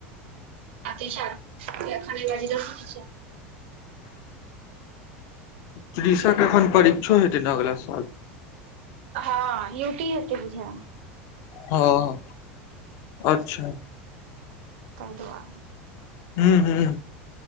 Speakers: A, on the right; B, on the left.
A: अति छा अ खान बाजी द सु इच छा <inaudible>
B: तृषा के एखन परीक्षो हेतै ने अगला साल
A: हँ युती ह त बुझा
B: हँ, अच्छा
A: तै दुआरे
B: हू हूू